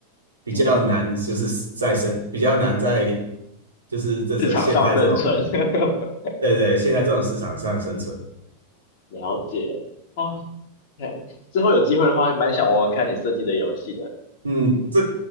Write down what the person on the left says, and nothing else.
嗯。
市场上生存。<laughs>
了解哦，了解之后有机会的话，蛮想玩玩看你设计的游戏的。